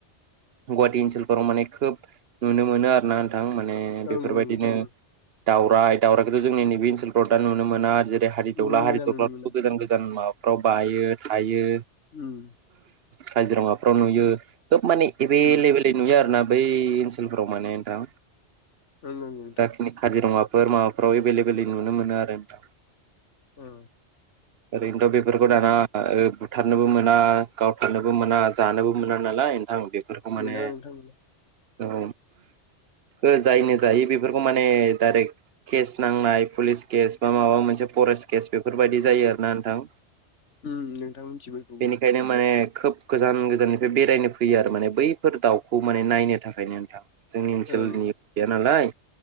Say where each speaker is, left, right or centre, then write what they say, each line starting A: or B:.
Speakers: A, on the right; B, on the left.
A: गुवाहाटि ओनसोलफोराव माने खोब नुनो मोनो आरो। ना थां माने
B: ओं
A: बेफोरबायदिनो
B: ओं नोंथां
A: दावराय दावरायखौथ' जोंनि नैबे ओनसोलफ्राव दा नु मोना हादि
B: नुनो
A: दग्ला हादिग्ला
B: मोना नुनो
A: फोरखौ
B: मोना
A: गोजान गोजान माबा फ्राव बायो थायो।
B: उम।
A: काजिरङाफ्राव नुयो। खोब माने एबेलेबेलै
B: उम
A: नुयो आरो ना‌। बै ओनसोलफोराव माने औ।
B: ओं ओं नोंथां
A: जाखिनि काजिरङा फोर माबाफ्राव एभेलेबेलै नुनो मोनो आरो नोंथां।
B: ओं
A: ओरैनोथ' बेफोरखौ दाना ओ बुथारनोबो मोना गावथारनोबो मोना जानोबो मोना नालाय। आं बेफोरखौ माने
B: मोना नोंथां मोना
A: औ। ओ जायनो जायो बेफोरखौ माने डाइरेक्ट केस नांनाय पुलिस केस बा माबा मोनसे फरेस्ट केस बेफोरबायाददि जायो आर ना नोंथां।
B: ओम नोंथां मिथिंगौ‌ इखौबो।
A: बेनिखायनो माने खोब गोजान गोजाननिफ्राय बेरायनो फैयो आरो माने बैफोर दाउखौ माने नायनो थाखायनो नोंथां जों
B: ओं
A: <unintelligible> गैया नालाय।